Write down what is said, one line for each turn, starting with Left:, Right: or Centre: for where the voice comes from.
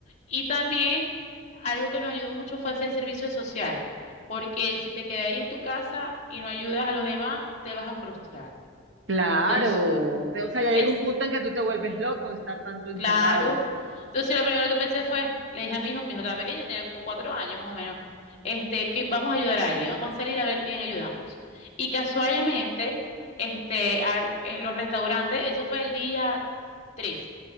Left: Y también algo que nos ayudó mucho fue hacer servicio social, porque si te quedas ahí en tu casa y no ayudas a los demás, te vas a frustrar.
Right: Claro.
Left: Entonces,
Right: O sea, ya llega
Left: el
Right: un punto en que tú te vuelves loco estar tanto encerrado.
Left: Claro. Entonces lo primero que pensé fue, le dije a mi hijo, mi hijo estaba pequeño, tenía como cuatro años más o menos, este, que vamos a ayudar a alguien, vamos a salir a ver quién ayudamos. Y casualmente, este, a- en los restaurantes, eso fue el día tres,